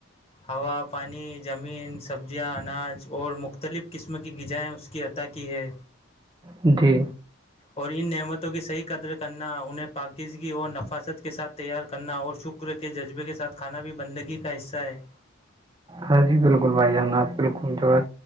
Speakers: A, on the left; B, on the right.
A: ہوا پانی زمین سبزیاں اناج اور مختلف قسم کی غذائیں اس کی عطا کی ہے
B: جی
A: اور ان نعمتوں کی صحیح قدر کرنا انہیں پاکیزگی اور نفاستت کے ساتھ تیار کرنا اور شکر شکر کے جذبے کے ساتھ کھانا بھی بندگی کا حصہ ہے
B: ہاں جی بالکل بھائی جان آپ بالکل جو ہے